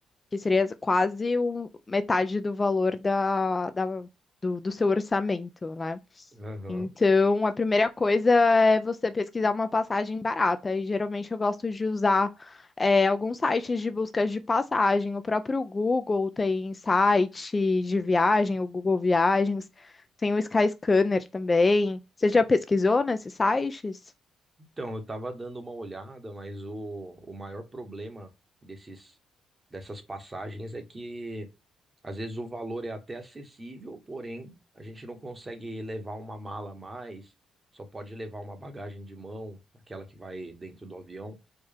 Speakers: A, on the left; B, on the right.
A: Que seria quase o- metade do valor da, da- do, do seu orçamento, né?
B: Aham.
A: Então, a primeira coisa é você pesquisar uma passagem barata. E geralmente eu gosto de usar é, alguns sites de buscas de passagem. O próprio Google tem site de viagem, o Google Viagens, tem o Skyscanner também. Você já pesquisou nesses sites?
B: Então, eu tava dando uma olhada, mas o, o maior problema desses, dessas passagens é que às vezes o valor é até acessível, porém a gente não consegue levar uma mala a mais, só pode levar uma bagagem de mão, aquela que vai dentro do avião,